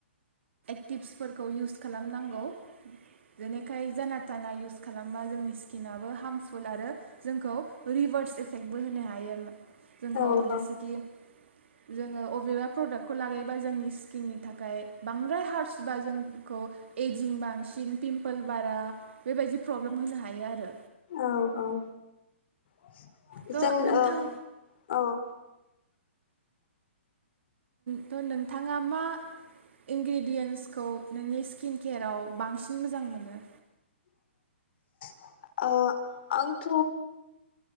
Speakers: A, on the right; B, on the left.
A: टिप्सफोरखौ इउस खालामनांगौ। जेनेखाय जाना थाना इउस खालामबा जोंनि स्किनाबो हार्मफुल आरो जोंखौ रिभार्स इफेक्टबो होनो हायो। जोंखौ
B: औ औ
A: जेसेखि जोङो अबेबा प्रडाक्टखौ लागायोबा जोंनि स्किननि थाखाय बांद्राय हार्ड बा जोंखौ एजिं बांसिन पिम पोल बारा बेबायदि प्रब्लेम होनो हायो आरो।
B: औ औ <inaudible>
A: थ'
B: जों
A: नोंथां
B: ओम औ ज
A: थ' नोंथाङा मा इनग्रेडियेन्टसखौ नोंनि स्किन केेयाराव बांसिन मोजां मोनो?
B: <unintelligible> ओ आंथ